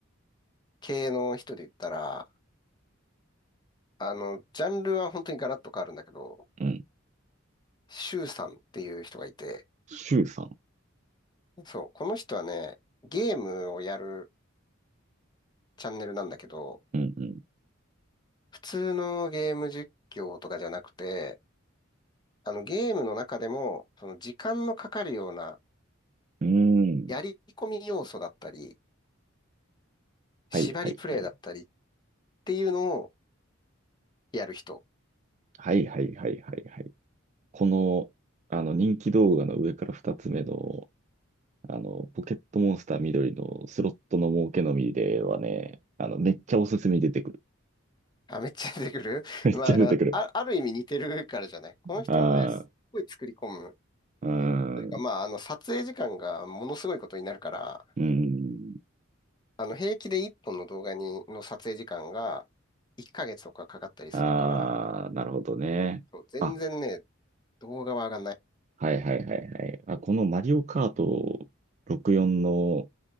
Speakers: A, on the left; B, on the right.
A: 系の人で言ったら、あの、ジャンルは本当にガラッと変わるんだけど、
B: うん。
A: シュウさんっていう人がいて、
B: シュウさん。
A: そう、この人はね、ゲームをやるチャンネルなんだけど、
B: うん
A: 普通のゲーム実況とかじゃなくて、あのゲームの中でも、その時間のかかるような
B: うん。うん。
A: やり込み要素だったり、
B: はいはいはい。
A: 縛りプレイだったりっていうのをやる人。
B: はいはいはいはいはい。この、あの人気動画の上から2つ目の、あの、ポケットモンスター緑のスロットの儲けのみではね、あの、めっちゃおすすめに出てくる。
A: あ、めっちゃ出てくる
B: <laughs>
A: <laughs>
B: めっちゃ出てくる。
A: まあ、だから、あ、ある意味似てるからじゃないこの人もね、
B: あ
A: すっごい作り込む。
B: あ、うん、
A: というか、まあ、あの、撮影時間がものすごいことになるから、
B: うん。
A: あの、平気で1本の動画に、の撮影時間が1ヶ月とかかかったりするから、
B: ああ、なるほどね。
A: そう全然ね、
B: あ、
A: 動画は上がんない。
B: はいはいはいはい。あ、このマリオカート64の